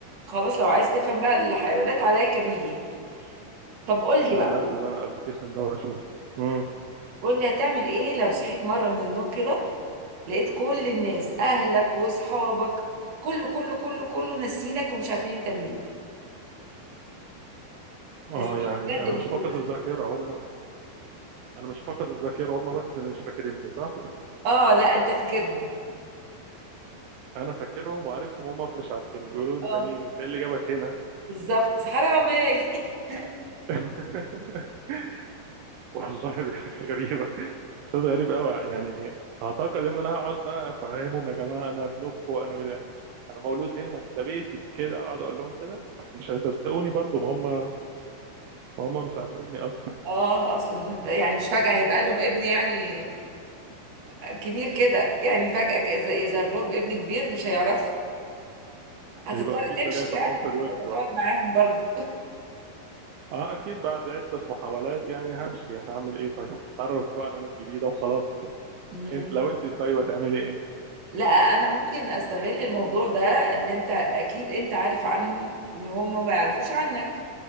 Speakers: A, on the right (about 50°); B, on the right (about 80°).
A: خلاص لو عايز تفهم بقى الحيوانات عليك به طب قول لي
B: هنزل
A: بقى
B: انا الابلكيشن ده واشوف امم
A: قول لي هتعمل ايه لو صحيت مره من النوم كده لقيت كل الناس اهلك واصحابك كله كله كله كله ناسينك ومش عارفين انت مين
B: اه
A: ناسين
B: يعني
A: بجد
B: انا
A: مش
B: مش
A: بيمثلك
B: فاقد الذاكره هم انا مش فاقد الذاكره هم بس اللي مش فاكريني صح
A: اه لا انت فاكرهم
B: انا فاكرهم وعارفهم هم مش عارفيني بيقولوا انت
A: اه
B: مين انت ايه اللي جابك هنا
A: بالظبط حرامي <laughs>
B: <laughs> والله دي حاجه غريبه احساس غريب قوي يعني اعتقد ان انا هقعد بقى افهمهم يا جماعه انا ابنكم انا من انا مولود هنا ده بيتي كده اقعد اقول لهم كده بس مش هيصدقوني برضو ما هم ما هم مش عارفيني اصلا
A: اه اصلا انت يعني مش فجأة هيبقى لهم ابن يعني آه كبير كده يعني فجأة ك- إذا يظهر لهم ابن كبير مش هيعرف هتضطر
B: يبقى اكيد
A: تمشي
B: ده جاي طمعان
A: يعني
B: في الورث
A: ولا تقعد معاهم برضو
B: اه اكيد بعد عدة محاولات يعني همشي هعمل ايه طيب اتعرف بقى على ناس جديدة وخلاص
A: مم.
B: انت لو انت طيب هتعملي ايه
A: لا انا ممكن استغل الموضوع ده ان انت اكيد انت عارف عنهم هم ما يعرفوش عنك